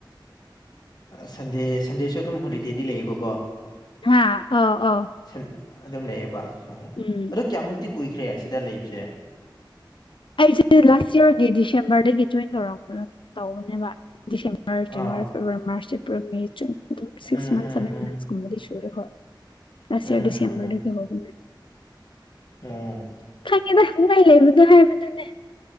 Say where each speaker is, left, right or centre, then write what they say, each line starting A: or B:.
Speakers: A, on the left (about 55°); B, on the left (about 80°).
A: ꯑ ꯁꯟꯗꯦ ꯁꯟꯗꯦꯁꯨ ꯑꯗꯨꯝ ꯍꯣꯂꯤꯗꯦꯗꯤ ꯂꯩꯌꯦꯕꯀꯣ꯫
B: ꯍꯥꯥ ꯑꯧ ꯑꯧ꯫
A: ꯁꯟ ꯑꯗꯨꯝ ꯂꯩꯌꯦꯕ ꯑꯣ꯫
B: ꯎꯝ꯫
A: ꯑꯗꯨ ꯀꯌꯥꯃꯨꯛꯇꯤ ꯀꯨꯏꯈ꯭ꯔꯦ ꯁꯤꯗ ꯂꯩꯕꯁꯦ꯫
B: ꯑꯩꯁꯦ ꯂꯥꯁ ꯌ꯭ꯔꯒꯤ ꯗꯤꯁꯦꯝꯕꯔꯗꯒꯤ ꯖꯣꯏꯟ ꯇꯧꯔꯛꯄ ꯇꯧꯕꯅꯦꯕ꯫ ꯗꯤꯆꯦꯝꯕꯔ January
A: ꯑꯥ
B: February March April May June ꯑꯗꯨꯝ six
A: um
B: months
A: um
B: seven
A: um
B: months ꯀꯨꯝꯕꯗꯤ ꯁꯨꯔꯦ ꯍꯣꯏ ꯂꯥꯁ
A: ꯎꯝ
B: ꯏꯌ꯭ꯔ ꯗꯤꯁꯦꯝꯕꯔꯗꯒꯤ
A: ꯎꯝ
B: ꯍꯧꯕꯅꯦ꯫
A: ꯑꯣ꯫
B: ꯈꯪꯉꯦꯗ ꯅꯨꯡꯉꯥꯏ ꯂꯩꯕꯗꯣ ꯍꯥꯏꯕꯗꯨꯅꯦ